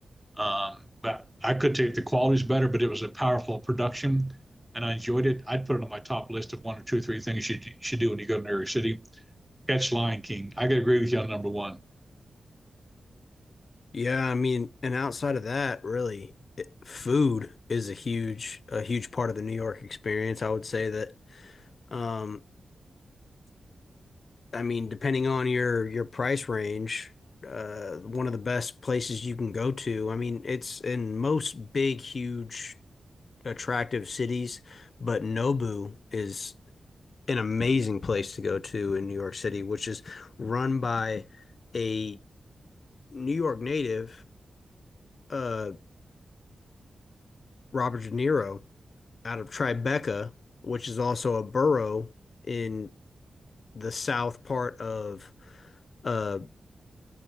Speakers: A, in the centre; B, on the left (about 60°).
A: Um, but I could take the quality's better, but it was a powerful production and I enjoyed it. I'd put it on my top list of one or two, three things you should do when you go to New York City. Catch Lion King. I could agree with you on number one.
B: Yeah, I mean, and outside of that, really, it, food is a huge a huge part of the New York experience. I would say that um I mean, depending on your your price range, uh one of the best places you can go to. I mean, it's in most big huge attractive cities, but Nobu is an amazing place to go to in New York City, which is run by a New York native, uh, Robert De Niro, out of Tribeca, which is also a borough in the south part of uh,